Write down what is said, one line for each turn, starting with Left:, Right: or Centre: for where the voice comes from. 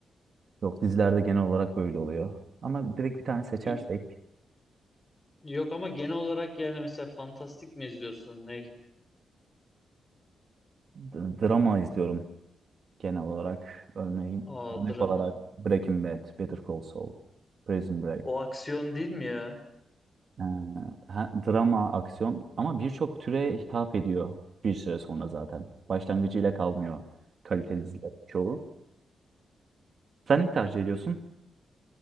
Right: yok dizilerde genel olarak böyle oluyor. Ama direkt bir tane seçersek
Left: Y- Yok ama genel olarak yani mesela fantastik mi izliyorsun? Ne?
Right: d- drama izliyorum. Genel olarak örneğin
Left: Aa
Right: örnek
Left: drama.
Right: olarak Breaking Bad, Better Call Saul, Prison Break.
Left: O aksiyon değil mi ya?
Right: Ee, ha- drama, aksiyon ama birçok türe hitap ediyor bir süre sonra zaten. Başlangıcıyla kalmıyor kaliteli diziler çoğu. Sen ne tercih ediyorsun?